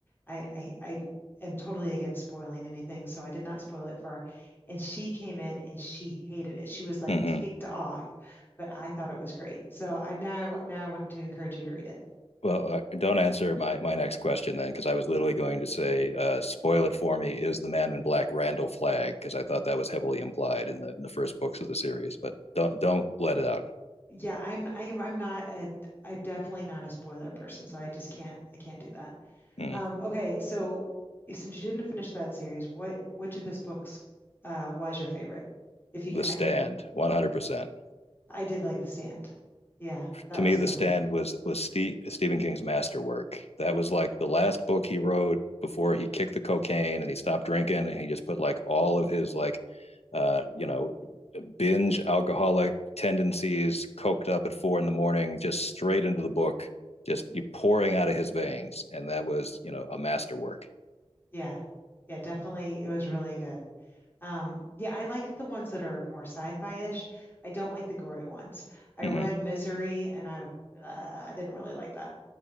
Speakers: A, on the left (about 20°); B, on the left (about 80°).
A: I, I I am totally against spoiling anything, so I did not spoil it for her. And she came in and she hated it. She was like
B: Mm-hmm.
A: ticked off, but I thought it was great. So I now I wa- now I want to encourage you to read it.
B: Well, uh, don't answer my, my next question then, because I was literally going to say, uh, spoil it for me. Is the man in black Randall Flagg? Because I thought that was heavily implied in the, in the first books of the series, but don't don't let it out.
A: Yeah, I'm I, am- I'm not a I'm definitely not a spoiler person, so I just can't I can't do that.
B: Mm.
A: Um, okay, so since you didn't finish that series, what which of his books uh, was your favorite? If you
B: The
A: could,
B: Stand,
A: I know
B: one hundred percent.
A: I did like The Stand. Yeah, that
B: To
A: was
B: me,
A: a
B: The
A: good
B: Stand
A: one.
B: was was Steve, Stephen King's masterwork. That was like the last book he wrote before he kicked the cocaine and he stopped drinking, and he just put like all of his like uh, you know, binge alcoholic tendencies, coked up at four in the morning, just straight into the book, just pouring out of his veins. And that was, you know, a masterwork.
A: Yeah, yeah, definitely, it was really good. Um, yeah, I like the ones that are more sci-fi-ish. I don't like the gory ones. I
B: Mm-hmm.
A: read Misery, and I uh, I didn't really like that.